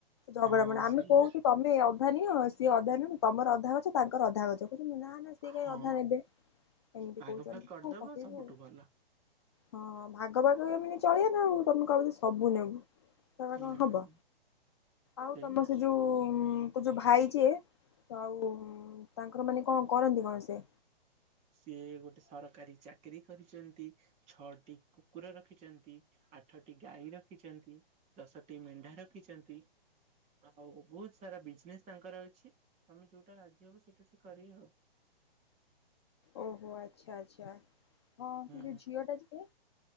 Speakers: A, on the left (about 25°); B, on the right (about 20°).
A: ଝଗଡା
B: ହଁ
A: ମଡା ଆମେ
B: ସେଇଆ
A: କୋଉଠୁ ତମେ ଅଧା ନିିଅ ସିଏ ଅଧା ନିଅନ୍ତୁ। ତମର ଅଧା ଗଛ ତାଙ୍କର ଅଧା ଗଛ। କହୁଛନ୍ତି ନା ସିଏ
B: ହଁ
A: କାହିଁ ଅଧା ନେବେ ଏମିତି
B: ଭାଗ
A: କହୁଛନ୍ତି?
B: ଭାଗ କରିଦବ
A: କ'ଣ କହିବୁ
B: ସବୁଠୁ
A: ଆଉ?
B: ଭଲ
A: ହଁ ଭାଗ ବାଣ୍ଟ ହେଇକି ଚଳିବ ନା ଆଉ ତମେ କହିବ ସବୁନବୁ। କ'ଣ
B: ହୁଁ।
A: ହବ? ଆଉ
B: ସେଇଆ
A: ତମର ସେ ଯୋଉ ତୋ ଯୋଉ ଭାଇ ଯିଏ ଆଉ ତାଙ୍କର ମାନେ କ'ଣ କରନ୍ତି କ'ଣ ସେ?
B: ସିଏ ଗୋଟେ ସରକାରୀ ଚାକିରୀ କରିଛନ୍ତି। ଛଅଟି କୁକୁର ରଖିଛନ୍ତି। ଆଠଟି ଗାଈ ରଖିଛନ୍ତି। ଦଶଟି ମେଣ୍ଢା ରଖିଛନ୍ତି। ଆଉ ବହୁତ ସାରା ବିଜନେସ୍ ତାଙ୍କର ଅଛି, ତମେ ଯୋଉଟା ରାଜି ହବ ସେଇଟା ସେ କରିବେ ହଉ।
A: ଓହୋ ଆଚ୍ଛା ଆଚ୍ଛା ହଁ
B: ହୁଁ
A: ଝିଅ ଟା ଯିବ।